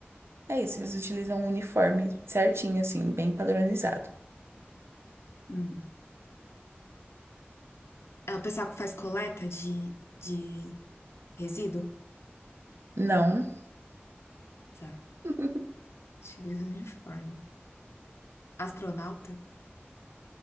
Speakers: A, on the right (about 75°); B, on the left (about 85°).
A: É isso, eles utilizam um uniforme certinho, assim, bem padronizado.
B: hum. É o pessoal que faz coleta de, de resíduo?
A: Não.
B: Tá,
A: <laughs>
B: utiliza o uniforme. Astronauta?